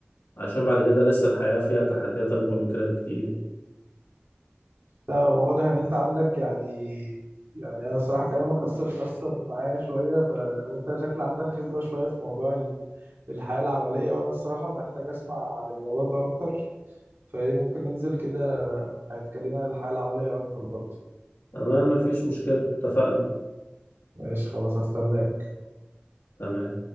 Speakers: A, on the left; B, on the right.
A: عشان بعد كده لسه الحياة فيها تحديات أكبر من كده بكتير
B: لا هو واضح ان انت عندك يعني يعني انا الصراحة كلامك اثر اثر معايا شوية ف... وانت شكل عندك خبرة شوية في موضوع ال- الحياة العملية وانا الصراحة محتاج اسمع عن الموضوع ده اكتر فايه ممكن ننزل كده هتكلمنا عن الحياة العملية اكتر برضه
A: تمام مفيش مشكلة اتفقنا
B: ماشي خلاص هستناك
A: تمام